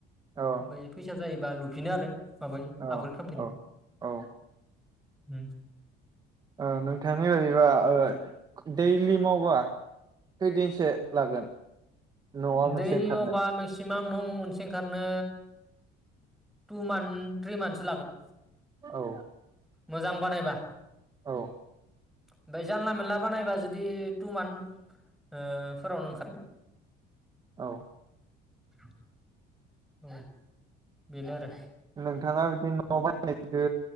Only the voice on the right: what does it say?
औ
औ
औ औ
ओ नोंथांनि बायदिबा ओ दैलि मावबा खैदिनसो लागोन। न'आ
मोनसे ओंखारनो
औ
औ
औ
नोंथाङा बिदि न न' बायनायखो